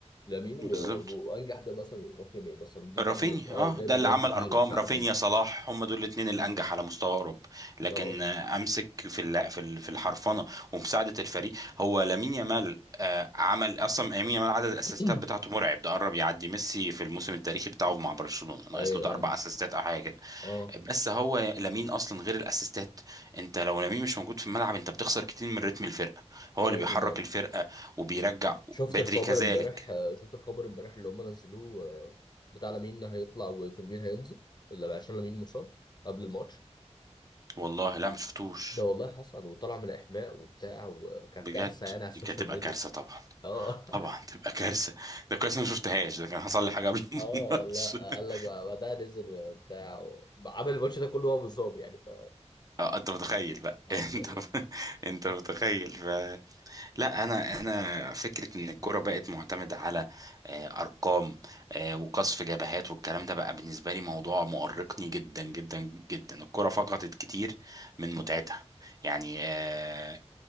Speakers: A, on the left; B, on the right.
A: لامين
B: بالظبط
A: و- وانجح ده مثلا ممكن ايه مثلا دي
B: رافينيا
A: يا عم اه
B: اه
A: جاب
B: ده
A: جوان
B: اللي عمل
A: كتير
B: ارقام
A: ومش عارف
B: رافينيا
A: ايه
B: صلاح هم دول الاثنين الانجح
A: مم.
B: على مستوى اوروبا لكن
A: اه
B: آه، امسك في الل- في ال- في الحرفنه ومساعده الفريق هو لامين يامال آه، عمل اصلا لامين يامال عدد الاسيستات
A: <clears throat>
B: بتاعته مرعب ده قرب يعدي ميسي في الموسم التاريخي بتاعه مع برشلونه ناقص
A: ايوه
B: له ده اربع
A: ايوه
B: اسيستات او حاجه كده
A: اه
B: بس هو لامين اصلا غير الاسيستات انت لو لامين مش موجود في الملعب انت بتخسر كتير من رتم الفرقه هو
A: 100%
B: اللي بيحرك الفرقه وبيرجع
A: شفت
B: بدري
A: الخبر
B: كذلك
A: امبارح آه، شفت الخبر امبارح اللي هم نزلوه آه، بتاع لامين هيطلع وفيرمين هينزل اللي عشان لامين مصاب قبل الماتش
B: والله لا مشفتوش
A: ده والله حصل وطلع من الاحماء وبتاع وكانت
B: بجد
A: كارثه يعني على
B: دي
A: السوشيال
B: كانت تبقى
A: ميديا
B: كارثه طبعا
A: اه
B: طبعا تبقى كارثه ده كويس إني ما شفتهاش ده كان حصل لي حاجه
A: <laughs>
B: قبل
A: اه
B: الماتش
A: لا قال
B: <laughs>
A: لك بقى- بعدها نزل وبتاع عمل الماتش ده كله وهو مصاب يعني ف
B: اه انت متخيل بقى
A: اصلا
B: <laughs> انت
A: يعني
B: انت متخيل لا انا انا فكره ان الكوره بقت معتمده على آه، ارقام آه، وقصف جبهات والكلام ده بقى بالنسبه لي موضوع مؤرقني جدا جدا جدا الكوره فقدت كتير من متعتها يعني آه،